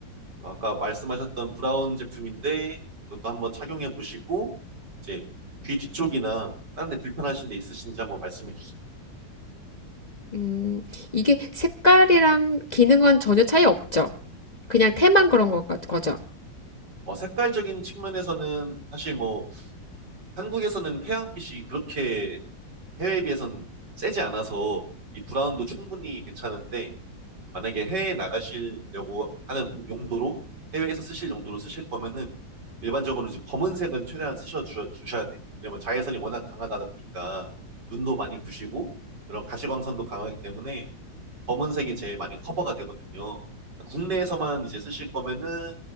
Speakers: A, on the right; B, on the left.
A: 아까 말씀하셨던 브라운 제품인데 이것도 한번 착용해 보시고 이제 귀 뒤쪽이나 다른 데 불편하신 데 있으신지 한번 말씀해 주세요.
B: 음, 이게 색깔이랑 기능은 전혀 차이 없죠. 그냥 테만 그런 것 같- 거죠.
A: 어, 색깔적인 측면에서는 사실 뭐 한국에서는 태양빛이 그렇게 해외에 비해서는 세지 않아서 이 브라운도 충분히 괜찮은데 만약에 해외에 나가시려고 하는 목- 용도로 해외에서 쓰실 용도로 쓰실 거면은 일반적으로 이제 검은색은 최대한 쓰셔 주, 주셔야 돼요. 왜냐면 자외선이 워낙 강하다 보니까 눈도 많이 부시고 그런 가시광선도 강하기 때문에 검은색이 제일 많이 커버가 되거든요. 국내에서만 이제 쓰실 거면은